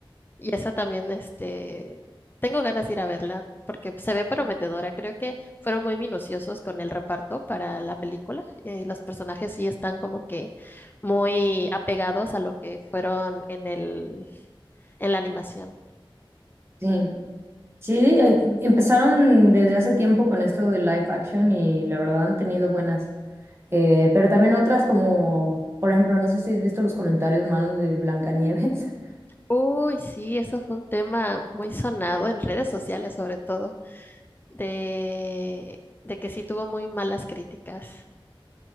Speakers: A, on the left; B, on the right.
A: Y esa también, este, tengo ganas de ir a verla porque se ve prometedora. Creo que fueron muy minuciosos con el reparto para la película eh, y los personajes sí están como que muy apegados a lo que fueron en el, en la animación.
B: Sí. Sí, eh, empezaron desde hace tiempo con esto de live action y la verdad han tenido buenas. Eh, pero también otras como, por ejemplo, no sé si has visto los comentarios malos de Blancanieves. <laughs>
A: Uy, sí, eso fue un tema muy sonado en redes sociales sobre todo, de, de que sí tuvo muy malas críticas.